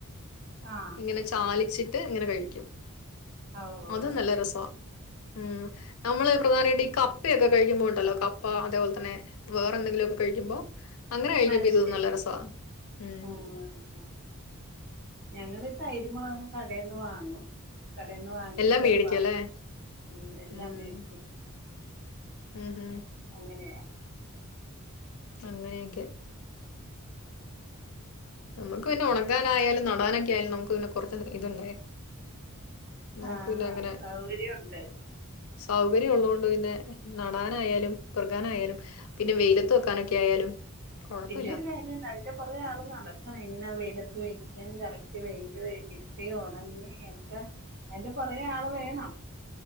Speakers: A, on the right; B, on the left.
A: ആഹ്
B: ഇങ്ങനെ ചാലിച്ചിട്ട് ഇങ്ങനെ കഴിക്കും.
A: ആഹ് ഓഹ്
B: അതും നല്ല രസാ. ഉം നമ്മള് പ്രധാനായിട്ട് ഈ കപ്പയൊക്കെ കഴിക്കുമ്പോ ഒണ്ടല്ലോ കപ്പ അതേപോലെ തന്നെ വേറെ എന്തെങ്കിലൊക്കെ കഴിക്കുമ്പോ അങ്ങനെ കഴിക്കുമ്പോ
A: മനസ്സി
B: ഇത് നല്ല രസാ ഉം
A: ആഹ് ഞങ്ങള് തൈരുമ്മോ കടേന്ന് വാങ്ങും കടേന്ന് വാങ്ങിട്ട്
B: എല്ലാം മേടിക്കും
A: വർക്കും.
B: അല്ലേ
A: ഉം എല്ലാം
B: ഉം
A: മേടിക്കും
B: ഉം ഹും
A: അങ്ങനയാ
B: അങ്ങനെയൊക്കെ നമ്മക്ക് പിന്നെ ഉണക്കാനായാലും നടാനൊക്കെ ആയാലും നമുക്ക് പിന്നെ കൊറച്ച് ഇതുണ്ടേ നമ്ക്ക്
A: ആഹ്
B: പിന്നെ അങ്ങനെ
A: സൗകര്യമുണ്ട്
B: സൗകര്യം ഉള്ളോണ്ട് പിന്നെ നടാനായാലും പെറ്ക്കാനായാലും പിന്നെ വെയിലത്ത് വെക്കാനൊക്കെ ആയാലും, കുഴപ്പമില്ല
A: പിന്നൊരു കാര്യംണ്ട് അതിന്റെ പൊറകെ ആള് നടക്കണം ഇങ്ങനെ വെയിലത്ത് വെക്കാൻ കറക് വെയില് വ് കിട്ടി ഒണങ്ങി ഒക്കെ അതിന്റെ പൊറകെ ആള് വേണം